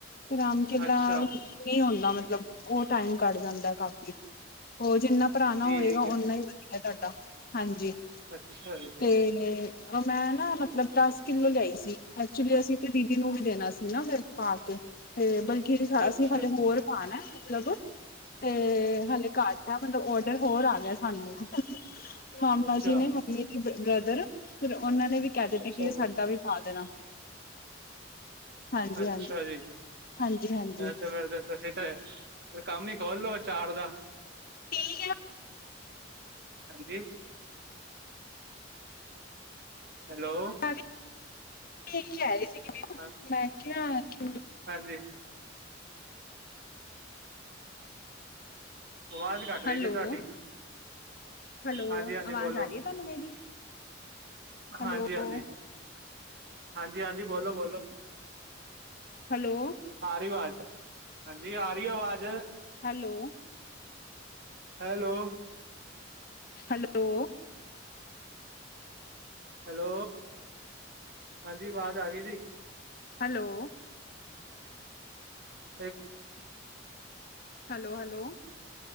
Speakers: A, on the left; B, on the right.
A: ਤੇ ਰਾਮ ਕਿਲਾ
B: ਅੱਛਾ
A: ਨਹੀਂ ਹੁੰਦਾ ਮਤਲਬ, ਉਹ ਟਾਈਮ ਕੱਢ ਜਾਂਦਾ ਕਾਫੀ। ਉਹ ਜਿੰਨਾ ਪੁਰਾਣਾ
B: ਠੀਕ
A: ਹੋਏਗਾ
B: ਹੈ।
A: ਓਨਾ ਹੀ ਵਧੀਆ ਤੁਹਾਡਾ, ਹਾਂਜੀ
B: ਅੱਛਾ ਜੀ ਅੱਛਾ,
A: ਤੇ ਮੈਂ ਨਾ ਮਤਲਬ ਦਸ ਕਿੱਲੋ ਲਿਆਈ ਸੀ। ਐਕਚੁਲੀ ਅਸੀਂ ਤੇ ਦੀਦੀ ਨੂੰ ਵੀ ਦੇਣਾ ਸੀ ਨਾ ਫਿਰ, ਪਾ ਕੇ। ਤੇ ਬਲਕਿ
B: ਅੱਛਾ,
A: ਅਸੀਂ ਹਲੇ ਹੋਰ ਪਾਣਾ ਮਤਲੱਬ, ਤੇ ਹਲੇ ਘੱਟ - ਮਤਲੱਬ ਓਡਰ ਹੋਰ ਆ ਗਿਆ ਸਾਨੂੰ, ਮਾਮਾ
B: ਅੱਛਾ,
A: ਜੀ ਨੇ ਮੰਮੀ ਦੇ ਬ੍ਰਦਰ ਫਿਰ ਉਹਨਾਂ ਨੇ ਵੀ ਕਹਿ ਦਿੱਤਾ
B: ਅੱਛਾ
A: ਕਿ ਸਾਡਾ
B: ਜੀ।
A: ਵੀ ਪਾ ਦੇਣਾ। ਹਾਂਜੀ
B: ਅੱਛਾ
A: ਹਾਂਜੀ
B: ਜੀ,
A: ਹਾਂਜੀ ਹਾਂਜੀ
B: ਐ ਤੇ ਫਿਰ ਤਾਂ ਤੁਸੀਂ ਤੇ ਕੰਮ ਹੀ ਖੋਲ ਲੋੋ ਅਚਾਰ ਦਾ।
A: ਠੀਕ ਹੈ।
B: ਹਾਂਜੀ ਹੈਲੋ!
A: ਮੈਂ ਵੀ ਇਹੀ ਕਹਿ ਰਹੀ ਸੀਗੀ ਮੈਨੂੰ
B: ਹਾਂ
A: ਮੈਂ ਕਿਹਾ ਕਿ
B: ਹਾਂਜੀ ਆਵਾਜ਼ ਘੱਟ ਰਹੀ
A: ਹੈਲੋ
B: ਜੀ ਤੁਹਾਡੀ।
A: ਹੈਲੋ
B: ਹਾਂਜੀ ਹਾਂਜੀ
A: ਆਵਾਜ਼
B: ਬੋਲੋ
A: ਆ ਰਹੀ ਹੈ ਤੁਹਾਨੂੰ ਮੇਰੀ। ਹੈਲੋ
B: ਹਾਂਜੀ ਹਾਂਜੀ ਹਾਂਜੀ ਹਾਂਜੀ ਬੋਲੋ ਬੋਲੋ।
A: ਹੈਲੋ।
B: ਆ ਰਹੀ ਆਵਾਜ਼ ਹਾਂਜੀ ਆ ਰਹੀ ਆਵਾਜ਼।
A: ਹੈਲੋ।
B: ਹੈਲੋ।
A: ਹੈਲੋ।
B: ਹੈਲੋ ਹਾਂਜੀ ਆਵਾਜ਼ ਆ ਗਈ ਜੀ।
A: ਹੈਲੋ।
B: ਇੱਕ ਮਿੰਟ।
A: Hello hello.